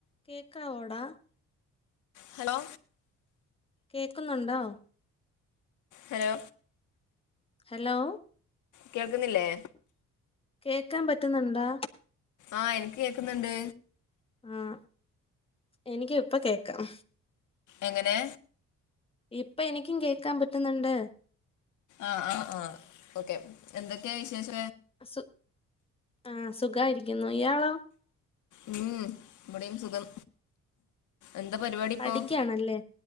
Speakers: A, on the left; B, on the left.
A: കേക്കാവോടാ?
B: Hello
A: കേക്കുന്നുണ്ടോ?
B: Hello
A: hello
B: കേൾക്കുന്നില്ലേ
A: കേക്കാൻ പറ്റുന്നുണ്ടാ?
B: ആഹ് എനിക്ക് കേക്കുന്നുണ്ട്
A: ആഹ് എനിക്ക് ഇപ്പ കേക്കാം
B: എങ്ങനെ?
A: ഇപ്പൊ എനിക്കും കേക്കാൻ പറ്റുന്നുണ്ട്
B: ആഹഹ് ആഹ് ആഹ് ഓക്കെ എന്തൊക്കെയാ വിശേഷ
A: സു ആഹ് സുഖായിരിക്കുന്നു ഇയാളോ?
B: ഉം ഇവിടെയും സുഖം എന്താ പരിപാടി
A: പഠിക്കാണല്ലേ
B: ഇപ്പോ